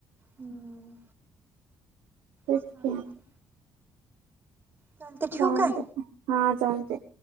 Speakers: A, on the right; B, on the right.
A: हम्म
B: तेच
A: चालते
B: की
A: चालतय ठेऊ
B: चालतंय
A: काय.
B: हा चालते.